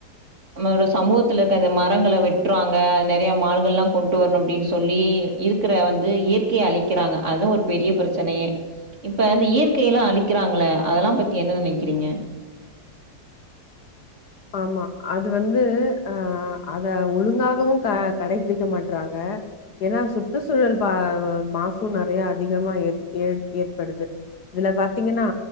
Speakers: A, on the right; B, on the left.
A: நம்மளோட சமூகத்துல இருக்க அந்த மரங்களை வெட்டுறாங்க நெறைய மால்கள் எல்லா கொண்டு வரணு அப்படின்னு சொல்லி இருக்கிற வந்து இயற்கையை அழிக்கிறாங்க அதுவு ஒரு பெரிய பிரச்சனையே இப்ப இந்த இயற்கையெல்லா அழிக்கிறாங்கள அதெல்லா பத்தி என்ன நெனைக் க்கிறீங்க
B: ஆமா அது வந்து அ அத ஒழுங்காகவு க கடைபிடிக்க மாட்றாங்க ஏன்னா சுற்றுச்சூழல் பா மாசு நெறைய அதிகமா ஏற் ஏற் ஏற்படுது இதுல பாத்தீங்கன்னா